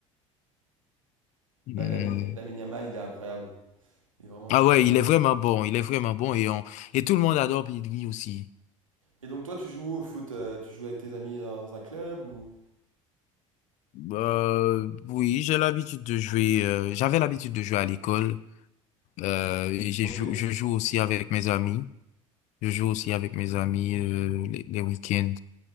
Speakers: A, on the left; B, on the right.
A: Hmm.
B: Ouais, Lamine, Lamine Yamal, il est incroyable. Il est vraiment super
A: Ah ouais,
B: fort.
A: il est vraiment bon, il est vraiment bon et on, et tout le monde adore Pedri aussi.
B: Et donc, toi, tu joues où au foot, euh, tu joues avec tes amis dans un club ou...
A: Euh, oui, j'ai l'habitude de jouer, euh, j'avais l'habitude de jouer à l'école, euh, et j'ai
B: Ok,
A: jou- je joue aussi avec mes amis, je joue aussi avec mes amis, euh, les, les week-ends,